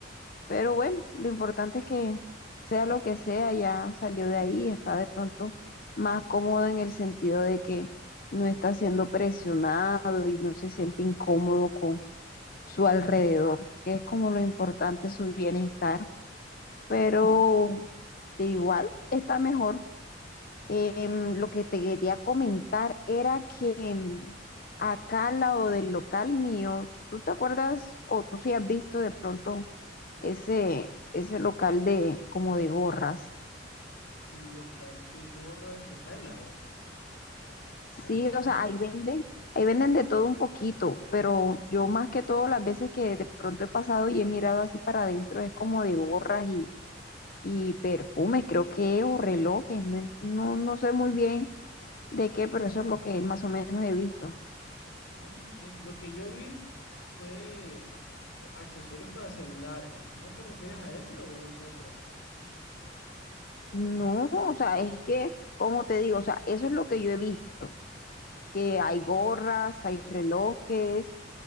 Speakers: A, on the left (about 50°); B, on the left (about 80°).
A: Pero bueno, lo importante es que sea lo que sea, ya salió de ahí, está de pronto más cómodo en el sentido de que no está siendo presionado y no se siente incómodo su alrededor, que es como lo importante, su bienestar, pero de igual está mejor. Em, lo que te quería comentar era que em, acá al lado del local mío, ¿tú te acuerdas o tú sí has visto de pronto ese, ese local de como de gorras?
B: El local de gorra que está al lado.
A: Sí,
B: Al lado.
A: o sea, ahí venden, ahí venden de todo un poquito, pero yo más que todo las veces que de pronto he pasado y he mirado así para adentro es como de gorras y perfumes, creo que, o relojes, no, en- no, no sé muy
B: Lo-
A: bien de qué, pero eso es lo que más o menos he visto.
B: Ah, ok. Lo que yo vi fue eh, accesorios para celulares. ¿No te refieres a ese o es otro?
A: No, o sea, es que, como te digo, o sea, eso es lo que yo he visto, que hay gorras, hay relojes